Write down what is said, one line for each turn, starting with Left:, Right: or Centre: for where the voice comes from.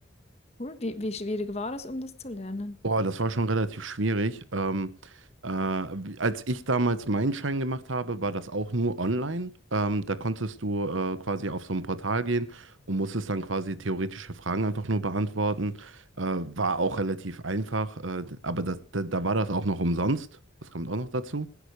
Left: Cool. Wie, wie schwierig war es, um das zu lernen?
Right: Boah, das war schon relativ schwierig. Ähm, äh, wie- als ich damals meinen Schein gemacht habe, war das auch nur online. Ähm, da konntest du äh, quasi auf so ein Portal gehen und musstest dann quasi theoretische Fragen einfach nur beantworten. Äh, war auch relativ einfach, äh, aber das, da, da war das auch noch umsonst. Das kommt auch noch dazu.